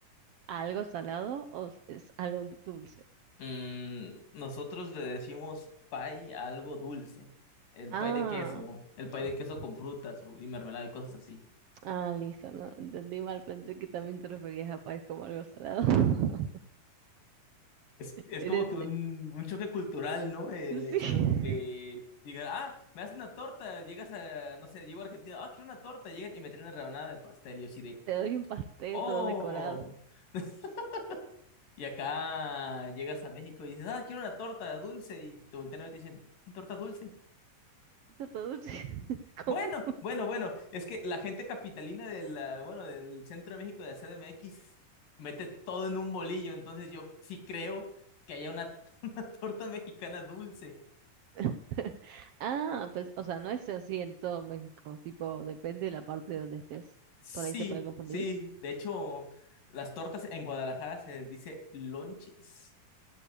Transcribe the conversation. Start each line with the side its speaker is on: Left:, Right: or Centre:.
Right: a algo salado o s- es algo dulce.
Left: Mm, nosotros le decimos pie a algo dulce. El
Right: Ah,
Left: pie de queso, el
Right: mm,
Left: pie de queso con frutas o- y mermelada y cosas así.
Right: ah, listo, no, entendí mal, pensé que también te referías a pies como algo salado. <laughs>
Left: Es, es
Right: Eres,
Left: como que un,
Right: eh,
Left: un choque cultural, ¿no? El hecho
Right: sí, <laughs>
Left: de que digan, ah, me haces una torta, llegas a, no sé, llego a Argentina, ah, quiero una torta, llegan y me traen una rebanada de pastel. Y yo así de,
Right: te doy un pastel
Left: oh.
Right: todo decorado.
Left: <laughs> Y acá llegas a México y dices, ah, quiero una torta dulce. Y te voltean a ver y te dicen, ¿torta dulce?
Right: Torta dulce,
Left: Mm.
Right: <laughs>
Left: Bueno,
Right: ¿cómo?
Left: bueno, bueno, es que la gente capitalina del, ah, bueno, del Centro de México de la CDMX mete todo en un bolillo, entonces yo sí creo que haya una, <laughs> una torta mexicana dulce.
Right: <laughs> Ah, pues, o sea, no es así en todo México, tipo, depende de la parte de donde estés.
Left: Sí,
Right: Por ahí se puede confundir.
Left: sí, de hecho, las tortas en Guadalajara se les dice lonches